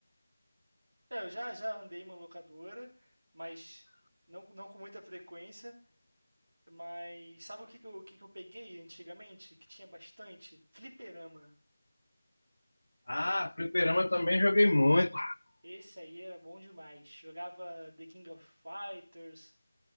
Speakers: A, on the right (about 25°); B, on the left (about 80°).
A: É, eu já, já andei em uma locadora, mas não, não com muita frequência. Mas sabe o que que eu, o que que eu peguei antigamente? Que tinha bastante? Fliperama.
B: Ah, fliperama também joguei muito.
A: Esse aí era bom demais. Jogava The King of Fighters,